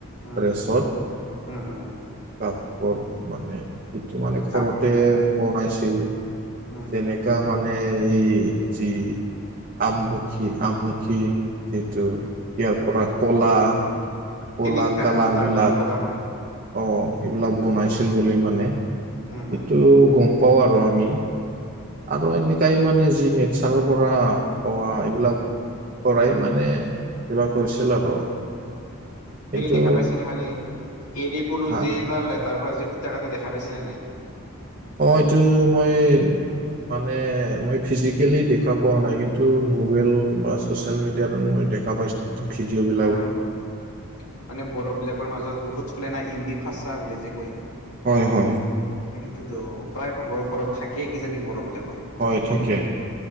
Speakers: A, on the left (about 80°); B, on the right (about 40°).
A: উম,
B: ড্ৰেছত।
A: উম উম।
B: <unintelligible> মানে ইটো মানে ঘৰতে
A: কাপ
B: বনাইছিল।
A: উম,
B: যেনেকা
A: উম,
B: মানে এই যি আমলখি- আমলখি যিটো ইয়াৰ পৰা ক'লা। কলা
A: শিলিখা
B: কালাৰ
A: তাৰ
B: বিলাক।
A: পৰাও ক'লা হয়।
B: অঁ, এইবিলাক বনাইছিল বুলি মানে,
A: উম,
B: এইটো
A: উম,
B: গম পাওঁ আৰু আমি। আৰু এনেকাই মানে যি নেটচাৰৰ পৰা পোৱা এইবিলাক। পৰাই মানে কিবা কৰিছিল আৰু! কিন্তু
A: হেৰি দেখা পাইছে নে মানে, এৰি পলো
B: হা
A: যে তাৰ লেটাৰ পৰা যে সূতা কাতে দেখা পাইছে নে নাই?
B: অঁ, এইটো মই! মানে মই ফিজিকেলি দেখা পোৱা নাই কিন্তু মোবাইল বা! চচিয়েল মিডিয়াত মই দেখা পাইছো। ভিডিঅ' বিলাক।
A: আৰু মানে বড়োবিলাকৰ মাজত বহুত চলে না, ইন্দি ফাচা বুলি যে কয়।
B: হয় হয়।
A: সেইটোতো প্ৰায় ভাগৰ ঘৰত থাকেই কিজানি বড়ো বিলাকৰ।
B: হয়
A: মহিলা
B: থাকে,